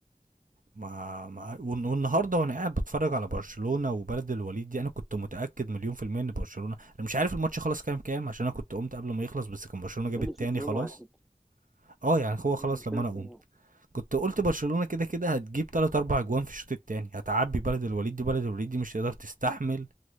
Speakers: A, on the right (about 80°); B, in the centre.
A: ما ما وال- والنهارده وانا قاعد بتفرج على برشلونه وبلد الوليد دي انا كنت متاكد مليون في الميه ان برشلونه انا مش عارف الماتش خلاص كام كام عشان انا كنت قمت قبل ما يخلص بس كان برشلونه جاب
B: خلص
A: التاني
B: اتنين
A: خلاص
B: واحد
A: اه يعني هو خلاص
B: امم
A: لما
B: خلص
A: انا قمت
B: اتنين
A: كنت قلت برشلونه كده كده هتجيب 3 4 اجوان في الشوط الثاني هتعبي بلد الوليد دي بلد الوليد دي مش تقدر تستحمل